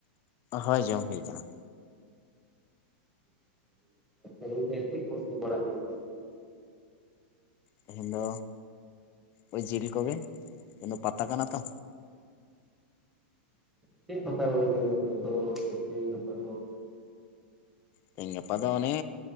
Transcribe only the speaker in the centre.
ᱜᱚᱝᱠᱮ ᱪᱮᱫ ᱠᱚ ᱩᱛᱩ ᱵᱟᱲᱟ ᱦᱩᱭᱱᱟ
ᱪᱮᱫ ᱠᱚᱯᱮ <unintelligible> ᱱᱤᱛᱚᱜ ᱫᱚ <inaudible> ᱜᱟᱯᱟ ᱫᱚ